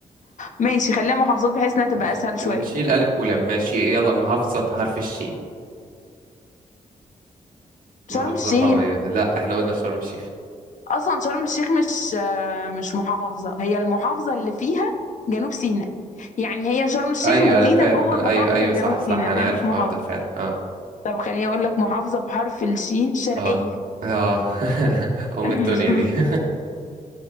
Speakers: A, on the left; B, on the right.
A: ماشي خليها محافظات بحيث انها تبقى
B: ماشي
A: اسهل
B: ونشيل
A: شويه
B: ألف ولام ماشي يلا محافظة بحرف الشين محافظة
A: شرم الشيخ
B: قوية لا احنا قلنا شرم الشيخ
A: اصلا شرم الشيخ مش آه، مش محافظه هي المحافظه اللي فيها جنوب سيناء يعني هي شرم الشيخ
B: أيوة
A: مدينه
B: أنا فاهم
A: جوه
B: أنا
A: محافظه
B: أيوة أيوة صح
A: جنوب
B: صح
A: سيناء
B: أنا
A: فهي
B: عارف
A: مش
B: الحوار
A: محافظه
B: ده فعلا اه
A: طب خليني اقول لك محافظه بحرف الشين شرقيه
B: اه اه <laughs> أم
A: <laughs>
B: الدنيا دي <laughs>